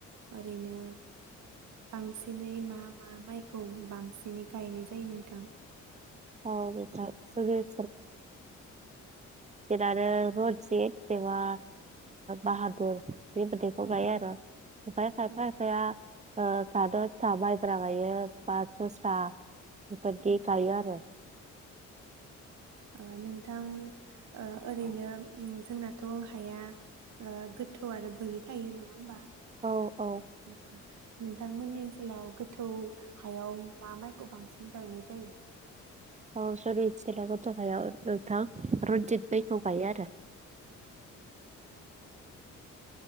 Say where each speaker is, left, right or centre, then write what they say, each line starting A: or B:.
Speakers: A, on the right; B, on the right.
A: ओरैनो बांसिनै मा मा माइखौ बांसिनै गायनाय जायो नोंथां
B: <unintelligible> <unintelligible> बांसिनानो आरो रजित एबा बाहादुर बे गोदैखौ
A: औ
B: गायो आरो खायफा खायफाया
A: औ
B: साद सा माइब्रा मायो बास' सा बेफोरदि
A: औ
B: गायो आरो
A: ओ नोंथां ओ ओरैनो उम जोंनाथ' हाया ओह गोथौ आरो बोरि थायो नङा होमबा
B: औ औ
A: <unintelligible> नोंथांमोननि ओनसोलाव गोथौ हायाव मा माइखौ बांसिन गायनाय जायो?
B: औ नोंथां रनजित माइखौ गायो आरो